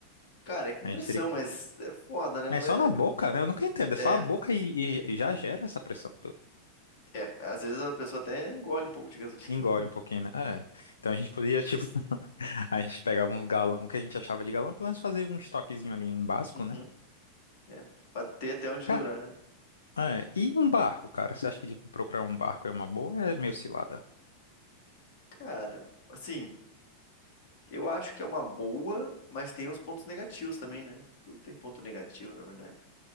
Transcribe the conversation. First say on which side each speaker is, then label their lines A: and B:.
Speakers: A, on the left; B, on the left.
A: Cara, é com
B: A
A: pressão,
B: gente teria... que-
A: mas é foda, né?
B: Mas
A: Mas
B: é só na boca, né? Eu nunca entendo. É
A: é,
B: só a boca e, e- e já gera essa pressão toda.
A: é. é. Às vezes a pessoa até engole um pouco de gasolina.
B: Engole
A: <laughs>
B: um pouquinho, né? É. Então a gente podia, tipo, <laughs> a gente pegava uns galão, o que a gente achava de galão, pelo menos fazer um estoquezinho ali, um básico,
A: Uhum,
B: né?
A: é. Pra ter até onde
B: Ca-
A: durar, né?
B: É. E um barco, cara? Você acha que, tipo, procurar um barco é uma boa ou é meio cilada?
A: Cara, assim, Eu acho que é uma boa, mas tem uns pontos negativos também, né? Tudo tem ponto negativo, na verdade.